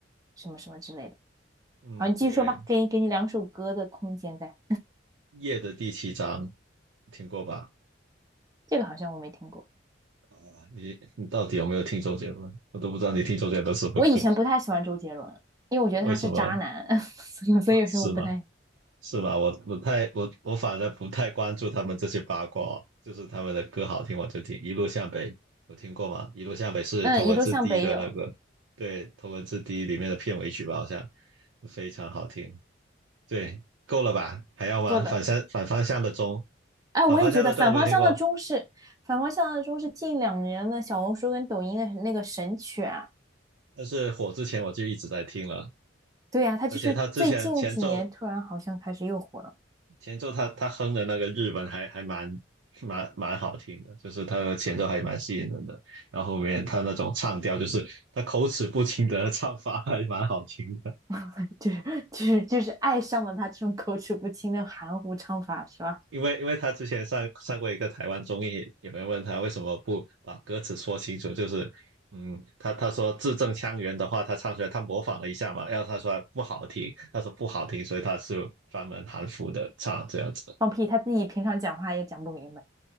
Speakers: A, on the right; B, on the right.
A: 什么什么之类的。
B: 嗯，
A: 好，你继续说吧，
B: 对，
A: 给给你两首歌的空间在，
B: 夜的第七章听过吧？
A: 这个好像我没听过。
B: 啊，你你到底有没有听周杰伦？我都不知道你听周杰伦什么歌，
A: 我以前不太喜欢周杰伦，因为我觉得他是渣男，
B: 为什么
A: <laughs> 所以所以说我不太
B: 啊？是吗？是吧？我不太，我我反而不太关注他们这些八卦哦，就是他们的歌好听我就听。一路向北有听过吗？一路向北是头文字
A: 嗯，一路向北有
B: D 的那个，对，头文字 D 里面的片尾曲吧，好像非常好听。对，够了吧？还要吗？
A: 够了。
B: 反向反方向的钟，
A: 哎，
B: 反方向的钟我没有听过？
A: 我也觉得反方向的钟是反方向的钟是近两年的小红书跟抖音的那个神曲啊。
B: 但是火之前我就一直在听了，
A: 对呀、啊他就是最近几年突然好像开始又火了，
B: 而且他之前前奏前奏他他哼的那个日文还还蛮蛮蛮好听的，就是他的前奏还蛮吸引人的，然后后面他那种唱调，就是他口齿不清的唱法还蛮好听的。
A: <laughs> 就是就是就是爱上了他这种口齿不清的含糊唱法，是吧？
B: 因为因为他之前上上过一个台湾综艺，有人问他为什么不把歌词说清楚，就是嗯，他他说字正腔圆的话，他唱出来他模仿了一下嘛，然后他说不好听，他说不好听，所以他是专门含糊的唱这样子。
A: 放屁，他自己平常讲话也讲不明白，